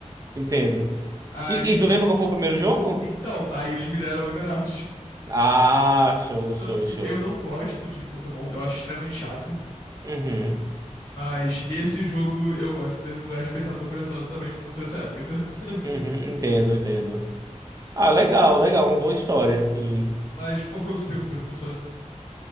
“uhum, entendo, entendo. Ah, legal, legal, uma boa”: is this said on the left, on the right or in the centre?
Right